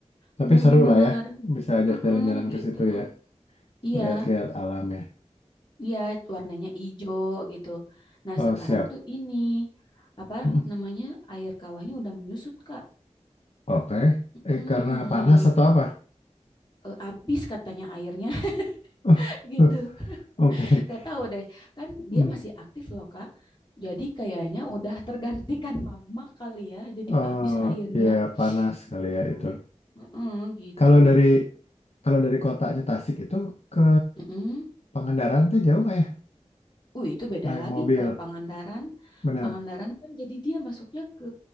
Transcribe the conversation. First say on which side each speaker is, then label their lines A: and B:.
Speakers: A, on the left (about 65°); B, on the left (about 40°).
A: tapi
B: bener-bener,
A: seru lah ya. Bisa ajak
B: eh,
A: jalan-jalan
B: eh, gitu.
A: ke situ ya.
B: Iya.
A: Lihat-lihat alam ya.
B: Iya, warnanya hijau gitu. Nah,
A: Oh,
B: sekarang
A: siap.
B: tuh ini apa
A: Mm.
B: namanya air kawahnya udah menyusut, Kak.
A: Oke. Eh,
B: mm
A: karena panas
B: nah,
A: atau apa?
B: eh, habis katanya airnya
A: <laughs>
B: <laughs> gitu.
A: Oke.
B: Gak tahu deh. Kan dia
A: Hmm.
B: masih aktif loh, Kak. Jadi kayaknya udah tergantikan magma kali ya. Jadi
A: Oh,
B: habis airnya
A: ya panas kali ya
B: gitu.
A: itu.
B: mm gitu.
A: Kalau dari kalau dari kotanya Tasik itu ke
B: Mm-mm.
A: Pangandaran tuh jauh nggak ya?
B: Uh, itu beda
A: Naik
B: lagi
A: mobil.
B: kalau Pangandaran.
A: Benar.
B: Pangandaran kan jadi dia masuknya ke